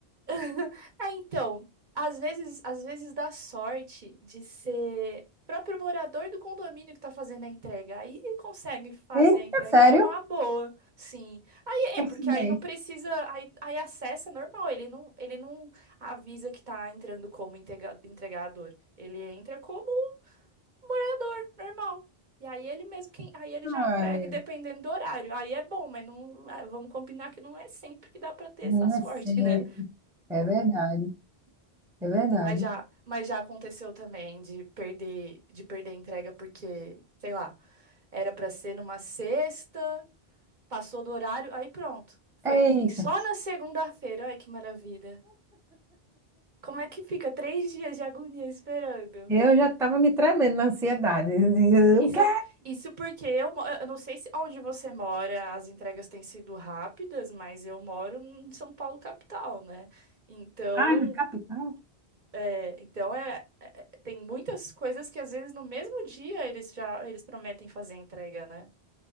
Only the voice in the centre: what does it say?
Eita,
sério?
Coincidência.
Ai,
não
é sempre.
É verdade. É verdade.
Eita.
Eu já estava me tremendo na ansiedade. Eu dizia,
O quê?
Ai, na capital?